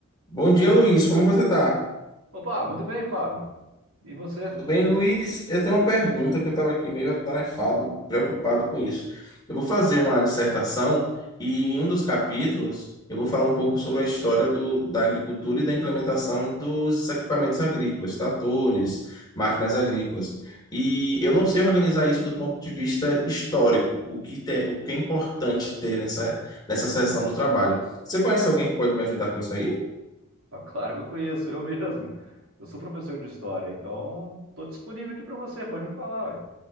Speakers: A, on the left (about 20°); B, on the right (about 70°).
A: Bom dia, Luiz. Como você tá?
B: Opa, muito bem, Fábio. E você?
A: Tudo bem, Luiz? Eu tenho uma pergunta que eu estava aqui meio atarefado, preocupado com isso. Eu vou fazer uma dissertação e em um dos capítulos eu vou falar um pouco sobre a história do- da agricultura e da implementação dos equipamentos agrícolas, tratores, máquinas agrícolas. E eu não sei organizar isso do ponto de vista histórico, o que, te- o que é importante ter nessa, nessa seção do trabalho. Você conhece alguém que pode me ajudar com isso aí?
B: Ah, claro que eu conheço, eu mesmo. Eu sou professor de história, então estou disponível aqui para você, pode me falar,